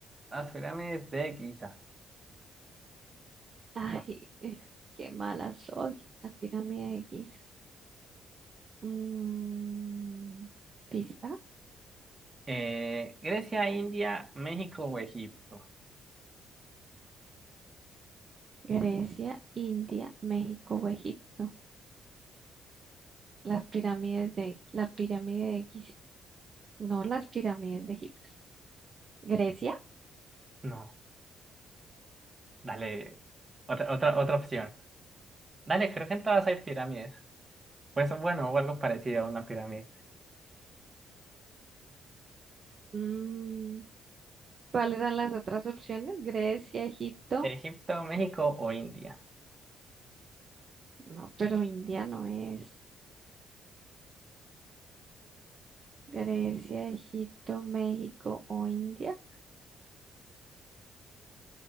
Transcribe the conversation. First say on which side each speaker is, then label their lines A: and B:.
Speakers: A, on the right; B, on the right.
A: las pirámides de Giza?
B: Ay, eh, qué mala soy. La pirámide de Giza. Mm, pista.
A: Eh, Grecia, India, México o Egipto.
B: Grecia, India, México o Egipto. Las pirámides de, la pirámide de Giza. No las pirámides de Egipto. Grecia.
A: No, dale. Otra, otra, otra opción. Dale, creo que en todas hay pirámides. Pues bueno, o algo parecido a una pirámide.
B: Mm, ¿cuáles eran las otras opciones? Grecia, Egipto.
A: Egipto, México o India.
B: No, pero India no es. Grecia, Egipto, México o India.